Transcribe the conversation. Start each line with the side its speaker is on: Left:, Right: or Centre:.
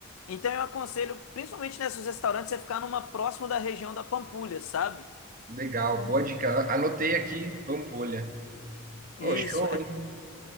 Left: Então eu aconselho, principalmente nesses restaurantes, você ficar numa próximo da região da Pampulha, sabe?
Right: Legal, boa dica. Anotei aqui, Pampolha. Oh,
Left: Isso,
Right: show,
Left: é.
Right: hein?